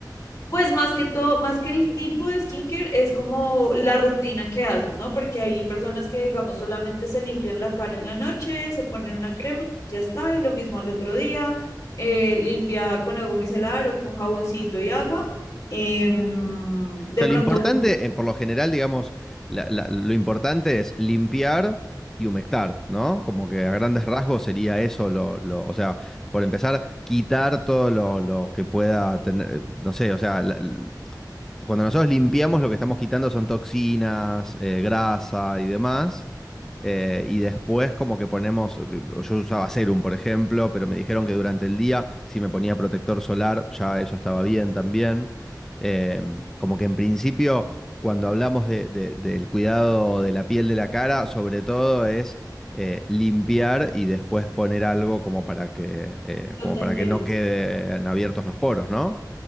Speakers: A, on the left; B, in the centre.
A: Pues más que todo, más que el tipo de skincare, es como la rutina que haces, ¿no? Porque hay personas que, digamos, solamente se limpian la cara en la noche, se ponen una crema, ya está, y lo mismo al otro día, eh, limpia con agua micelar o con jaboncito y agua. em, de
B: O sea,
A: pronto,
B: lo importante,
A: un
B: eh, por lo general, digamos, la- la- lo importante es limpiar y humectar, ¿no? Como que a grandes rasgos sería eso, lo, lo- o sea, por empezar, quitar todo lo, lo que pueda tener, eh, no sé, o sea, la- l- cuando nosotros limpiamos, lo que estamos quitando son toxinas, eh, grasa y demás. Eh, y después como que ponemos, yo usaba serum, por ejemplo, pero me dijeron que durante el día, si me ponía protector solar, ya eso estaba bien también. Eh, como que en principio, cuando hablamos de- de- del cuidado de la piel de la cara, sobre todo es eh, limpiar y después poner algo como para que, eh,
A: proteger.
B: como para que no queden abiertos los poros, ¿no?